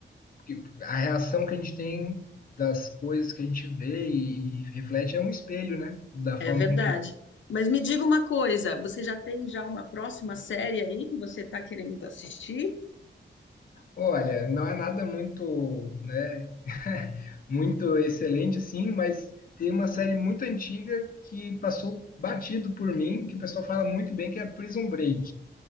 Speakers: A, on the left; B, on the left.
A: porque a reação que a gente tem das coisas que a gente vê e, e reflete é um espelho, né? Da
B: É
A: forma
B: verdade.
A: com que.
B: Mas me diga uma coisa, você já tem já uma próxima série aí que você está querendo assistir?
A: Olha, não é nada muito, né? <laughs> Muito excelente, sim, mas tem uma série muito antiga que passou batido por mim, que o pessoal fala muito bem, que é Prison Break.